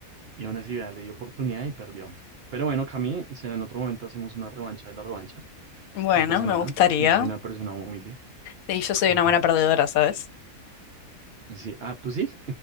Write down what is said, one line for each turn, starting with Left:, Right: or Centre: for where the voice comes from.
Right: Y aún así, vea, le dio oportunidad y perdió. Pero bueno, Cami, será en otro momento hacemos una revancha de la revancha.
Left: Bueno,
Right: No pasa
Left: me
Right: nada.
Left: gustaría.
Right: Yo soy una persona humilde.
Left: Y yo soy
Right: Ujú.
Left: una buena perdedora, ¿sabes?
Right: Sí. Ah, ¿tú sí?